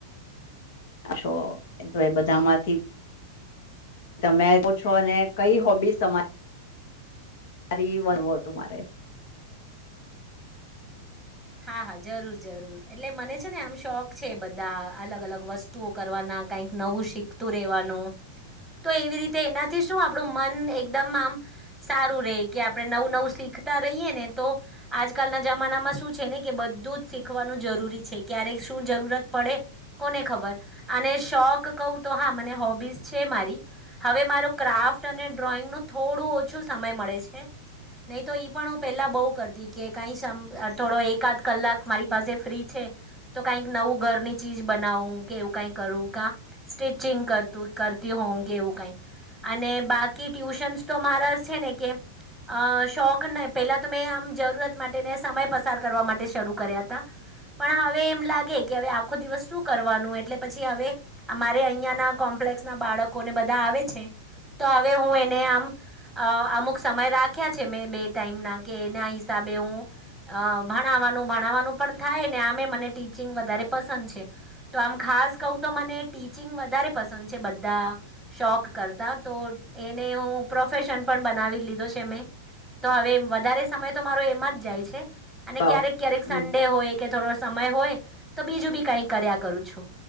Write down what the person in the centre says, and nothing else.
હા હા જરૂર જરૂર એટલે મને છે ને આમ શોખ છે બધા અલગ અલગ વસ્તુઓ કરવાના. કઈક નવું શીખતું રેવાનું. તો એવી રીતે એનાથી શું આપણું મન એકદમ આમ સારું રહે કે આપણે નવું નવું શીખ રહી ને તો આજકાલના જમાનામાં શ ને કે બધું જ શીખવાનું જરૂરી છે ક્યારે શું જરૂરત પડે કોને ખબર અને શો ક તો હા મને હોબી છે મારી હવે મા ક્રાફ્ટ અને ડ્રોઈંગ થો. થો ઓછો સમય મળે છે નહી તો પણ હું પેલા બહ કરતી કે કઈ થોડો એકાદ કલાક મારી પાસે ફ્રી છે તો કઈક નવું ઘરની ચીજ બનાવું કે એવું કઈક સચિંગ કર હો કેવું ક બાકી ટ્યુશ તો મારા છે ને કે શોખ ન પેલા તો મેં આમ જરૂરત માટે સમય પસાર કરવા માટે શરૂ કર્યા હતા. પણ હવે એમ લાગે કે હવે આખો દિવસ શું કરવાનું એટલે પછી હવે અમારે અહીયાં ના કોમ્પ <unintelligible> ના બાળકોને બધા આવે છે. તો હવે હું એને આમ અમુક સમય રાખ્યા છે મેં બે ટાઈમ ના કે એના હિસાબે બેવું અ ભણાવવાનું ભણાવવાનું પણ થાય ને આમે મને ટીચિંગ વધારે પસંદ છે તો આમ ખાસ ખાસ કઉ તો મને ટીચિંગ વધારે પસંદ છે બધા શોખ કરતા તો એને પ્રોફેશન પણ બનાવી લીધું છે મે તો હવે વધારે સમય તો મારો એમાં જ જાય છે. અને
ક્યારેક ક્યારેક સંડે
હોય કે થોડો સમય હોય તો બીજું બી કઈક કર્યા કરું છું.